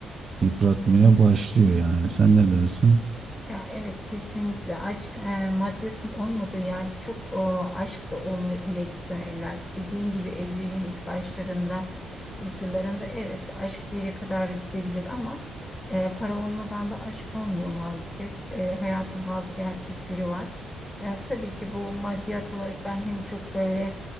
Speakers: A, on the right; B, on the left.
A: yıpratmaya başlıyor yani. Sen ne dersin?
B: Ya evet kesinlikle aşk e, maddiyatın olmadığı yerde çok e, aşk da olmuyor ileriki dönemlerde. Dediğin gibi evliliğin ilk başlarında, ilk yıllarında evet aşk bir yere kadar gidebilir ama e, para olmadan da aşk olmuyor maalesef. E, hayatın bazı gerçekleri var. E, tabii ki bu maddiyat olarak ben hani çok böyle